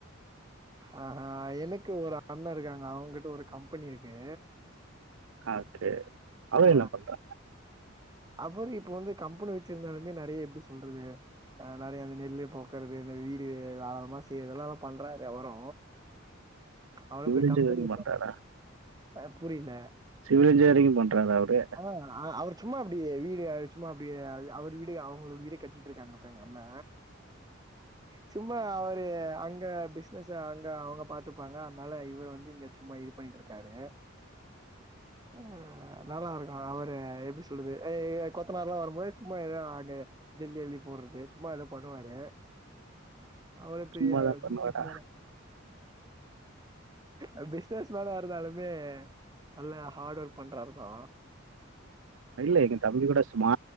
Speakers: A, on the right; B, on the right.
A: ஆ ஹ எனக்கு ஒரு அண்ண இருக்காங்க அவங்கிட்ட ஒரு கம்பெனி இருக்கு
B: ஆகே அவரு
A: அ
B: என்ன பண்றா
A: அவரு இப்போ வந்து கம்பெனி வெச்சிருந்தாலுமே நெறைய எப்டி சொல்றது அ நெறைய அந்த நெல்லு போக்குறது இந்த வீடு ஆழமா செய்யறது எல்லா பண்றாரு அவரு அவ்ளோ
B: சிவில்
A: பேர்
B: இன்ஜினியரிங்
A: கம்பெனில
B: பண்றாரா
A: ஆ புரில
B: சிவில் இன்ஜினியரிங் பண்றாரா அவரு
A: ஆ அவர் சும்மா அப்படியே வீடு சும்மா அப்படியே அவர் வீடு அவங்களோட வீட கட்டிட்டு இருக்காங்கப்ப எங்க அண்ண சும்மா அவரு அங்க பிசினஸ் அங்க அவங்க பாத் பத்துப்பாங்க அதனால இவரு வந்து இங்க சும்மா இது பண்ணிட்டு இருக்காரு ஆ நல்லாருக்கு அவரு எப்டி சொல்லுது கொத்தனார்ல்லா வரும்போது சும்மா எதா அங்க ஜல்லி அள்ளி போடுறது சும்மா அத பண்ணுவாரு அவ்ளோ பெரிய
B: சும்மாதான்
A: பிஸினஸ்
B: பண்ணுவாரா
A: மேனு அ பிசினஸ் மேனா இருந்தாலுமே நல்லா ஹார்ட் ஒர்க் பண்றாருதா
B: இல்ல எங்க தம்பி கூட ஸ்மா